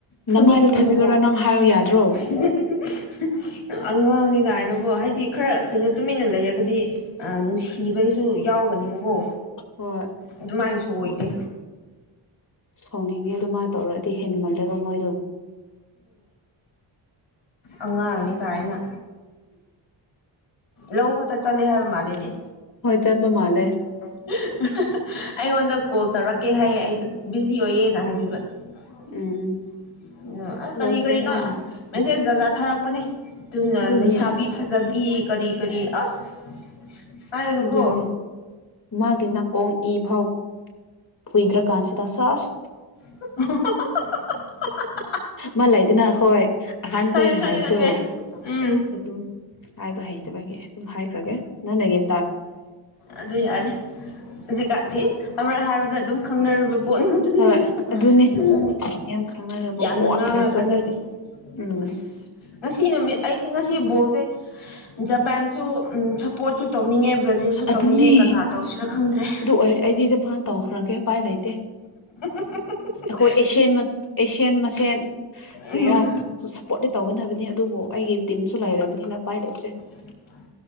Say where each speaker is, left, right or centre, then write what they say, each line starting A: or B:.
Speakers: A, on the left; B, on the left.
A: ꯐꯨꯅꯤꯡꯕꯗꯨꯀꯣ
B: ꯅꯃꯥꯏꯗ ꯊꯥꯖꯤꯜꯂꯨꯔ ꯅꯪ ꯍꯥꯏꯌꯨ ꯌꯥꯗ꯭ꯔꯣ
A: <unintelligible> ꯑꯉꯥꯡꯅꯤꯒꯥꯏꯅꯀꯣ ꯍꯥꯏꯗꯤ ꯈꯔ ꯀꯩꯅꯣ ꯇꯨꯃꯤꯟꯅ ꯂꯩꯔꯒꯗꯤ ꯑ ꯅꯨꯡꯁꯤꯕꯒꯤꯁꯨ <unintelligible> ꯌꯥꯎꯒꯅꯦꯕꯀꯣ
B: ꯍꯣꯏ
A: ꯑꯗꯨꯃꯥꯏꯅꯁꯨ ꯑꯣꯏꯗꯦ
B: ꯁꯥꯎꯅꯤꯡꯉꯦ ꯑꯗꯨꯃꯥꯏ ꯇꯧꯔꯗꯤ ꯍꯦꯟꯃꯜꯂꯦꯕ ꯃꯣꯏꯗꯣ
A: ꯑꯉꯥꯡꯅꯤ ꯀꯥꯏꯅ ꯂꯧ ꯈꯠꯇ ꯆꯠꯂꯦ ꯍꯥꯏꯕ ꯃꯥꯜꯂꯤꯅꯦ
B: ꯍꯣꯏ ꯆꯠꯄ ꯃꯥꯜꯂꯦ
A: <unintelligible> ꯑꯩꯉꯣꯟꯗ ꯀꯣꯜ ꯇꯧꯔꯛ ꯑꯦ ꯍꯥꯏꯌꯦ ꯑꯩꯗ ꯕꯤꯖꯤ ꯑꯣꯏꯌꯦꯅ ꯍꯥꯏꯕꯤꯕ <unintelligible>
B: ꯎꯝ ꯂꯧ
A: ꯀꯔꯤ ꯀꯔꯤꯅꯣ
B: ꯆꯠꯄ
A: ꯑꯁ ꯃꯦꯁꯦꯖ ꯖꯥꯠ ꯖꯥꯠ ꯊꯥꯔꯛꯄꯅꯦ ꯑꯗꯨꯅ
B: ꯑꯗꯨꯅꯦ
A: ꯂꯩꯁꯥꯕꯤ ꯐꯖꯕꯤ ꯄꯤ ꯀꯔꯤ ꯀꯔꯤ ꯑꯁ ꯄꯥꯏꯒꯅꯨꯀꯣ
B: ꯑꯗꯨꯅꯦ ꯃꯥꯒꯤ ꯅꯥꯀꯣꯡ ꯏ ꯐꯥꯎ ꯐꯨꯏꯗ꯭ꯔ ꯀꯥꯟꯁꯤꯗ ꯁꯥꯁ
A: <unintelligible>
B: ꯃꯥ ꯂꯩꯗꯅ ꯑꯩꯈꯣꯏ ꯑꯍꯥꯟ
A: ꯈꯪꯉꯦ
B: ꯈꯣꯢꯅ
A: ꯈꯪꯉꯦ
B: ꯍꯥꯏꯕꯗꯣ
A: ꯈꯪꯉꯦ ꯎꯝ
B: ꯑꯗꯨ ꯍꯥꯏꯕ ꯍꯩꯇꯕꯒꯤ ꯑꯗꯨꯝ ꯍꯥꯏꯈ꯭ꯔꯒꯦ ꯅꯪꯅꯒꯤ
A: ꯑꯗꯨ ꯌꯥꯔꯦ ꯍꯧꯖꯤꯛꯀꯥꯟꯗꯤ ꯑꯃꯔꯛ ꯍꯥꯏꯕꯗ ꯑꯗꯨꯝ ꯈꯪꯅꯔꯕ ꯄꯣꯠ ꯉꯥꯛꯇꯅꯦ
B: ꯍꯣꯏ ꯑꯗꯨꯅꯦ
A: <unintelligible>
B: ꯌꯥꯝ ꯈꯪꯅꯔꯕ
A: ꯌꯥꯝꯅ
B: ꯄꯣꯠ
A: ꯉꯥꯡꯔ
B: ꯉꯥꯛꯇꯅꯦ
A: ꯀꯥꯟꯅꯗꯦ
B: ꯎꯝ
A: ꯑꯁ ꯉꯁꯤ ꯅꯨꯃꯤꯠ ꯑꯩꯁꯦ ꯉꯁꯤ ꯕꯣꯜ ꯖ ꯖꯄꯥꯟꯁꯨ ꯁꯄꯣꯠꯁꯨ ꯇꯧꯅꯤꯡꯉꯦ ꯕ꯭ꯔꯥꯖꯤꯜꯁꯨ
B: ꯑꯗꯨꯅꯦ
A: ꯇꯧꯅꯤꯡꯉꯦ ꯀꯅꯥ ꯇꯧꯁꯤꯔ ꯈꯪꯗ꯭ꯔꯦ
B: ꯑꯗꯨ ꯑꯣꯏꯔꯗꯤ ꯑꯩꯗꯤ ꯖꯄꯥꯟ ꯇꯧꯈ꯭ꯔꯒꯦ ꯎꯄꯥꯏ ꯂꯩꯇꯦ
A: <unintelligible>
B: ꯑꯩꯈꯣꯏ ꯑꯦꯁꯤꯌꯥꯟ ꯑꯁꯤꯟꯌꯥꯟ ꯃꯁꯦꯟ ꯀꯔꯤꯔꯥ
A: ꯎꯝ
B: ꯁꯞꯄꯣꯔꯠꯇꯤ ꯇꯧꯒꯗꯕꯅꯤ ꯑꯗꯨꯕꯨ ꯑꯩꯒꯤ ꯇꯤꯝꯁꯨ ꯂꯩꯔꯕꯅꯤꯅ ꯄꯥꯏ ꯂꯩꯇ꯭ꯔꯦ
A: <unintelligible>